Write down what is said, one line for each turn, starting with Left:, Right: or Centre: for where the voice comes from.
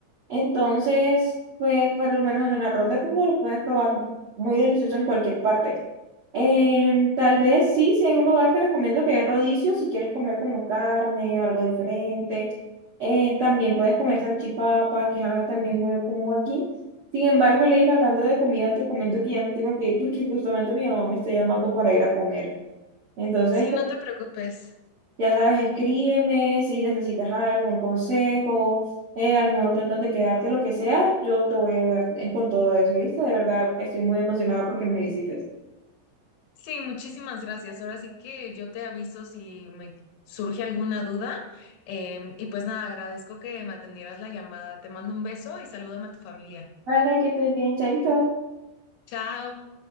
Right: Entonces, pues por lo menos en el arroz de Cuba lo puedes probar muy delicioso en cualquier parte. Em, tal vez sí, si hay un lugar que recomiendo que es Rodicio, si quieres comer como carne o algo diferente. Em, también puedes comer salchipapa, que es algo también muy común aquí. Sin embargo, Leila, hablando de comida, te comento que ya me tengo que ir porque justamente mi mamá me está llamando para ir a comer. Entonces,
Left: Sí, no te preocupes.
Right: ya sabes, escríbeme si necesitas algún consejo, eh, algún hotel donde quedarte, lo que sea, yo te voy a ayudar eh, con todo eso, ¿viste? De verdad, estoy muy emocionada porque me visites.
Left: Sí, muchísimas gracias. Ahora sí que yo te aviso si me surge alguna duda. Em, y pues nada, agradezco que me atendieras la llamada. Te mando un beso y salúdame a tu familia.
Right: Vale, que estés bien, chaito.
Left: Chao.